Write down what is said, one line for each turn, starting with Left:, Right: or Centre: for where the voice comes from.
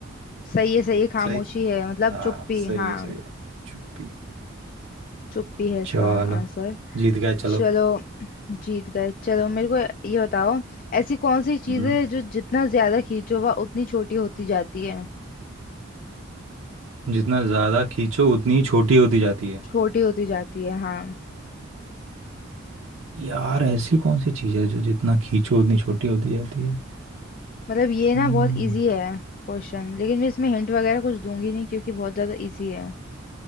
Left: सही है सही है खामोशी
Right: सही
Left: है मतलब
Right: हाँ
Left: चुप्पी
Right: सही
Left: हाँ
Right: है सही है चुप्पी
Left: चुप्पी है इसका
Right: चलो
Left: आंसर
Right: जीत गए चलो
Left: चलो जीत गए चलो मेरे को ये बताओ ऐसी कौन सी चीज़
Right: हम्म
Left: है जो जितना ज्यादा खींचो वह उतनी छोटी होती जाती है
Right: जितना ज़्यादा खींचो उतनी ही छोटी होती जाती है
Left: छोटी होती जाती है हाँ
Right: यार ऐसी कौन सी चीज है जो जितना खींचो उतनी छोटी होती जाती है
Left: मतलब ये ना
Right: हम्म
Left: बहुत इजी है क्वेश्चन लेकिन मैं इसमें हिंट वगैरह कुछ दूंगी नहीं क्योंकि बहुत ज्यादा इजी है